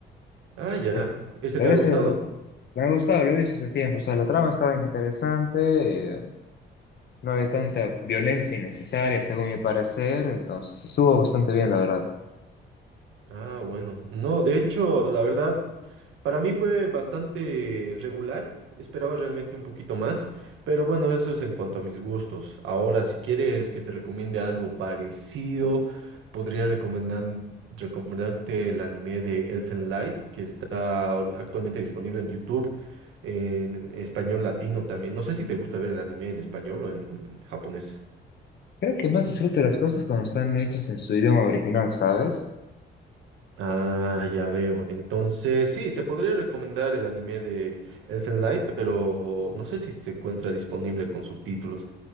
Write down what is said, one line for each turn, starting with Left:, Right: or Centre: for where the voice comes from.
Right: Ah, ya,
Left: Es-
Right: ¿ese
Left: pero
Right: te ha
Left: eso
Right: gustado?
Left: me ha gustado, lo he visto hace tiempo, o sea, la trama estaba interesante, eh, no había tanta violencia innecesaria, según mi parecer, entonces estuvo bastante bien, la verdad.
Right: Ah, bueno. No, de hecho, la verdad... Para mí fue bastante regular, esperaba realmente un poquito más, pero bueno, eso es en cuanto a mis gustos. Ahora, si quieres que te recomiende algo parecido, podría recomendar, recomendarte el anime de Elfen Light, que está ahor- actualmente disponible en YouTube en español latino también. No sé si te gusta ver el anime en español o en japonés.
Left: Creo que más disfruto las cosas cuando están hechas en su idioma original, ¿sabes?
Right: Ah, ya veo. Entonces, sí, te podría recomendar el anime de Elfen Light, pero no sé si se encuentra disponible con subtítulos.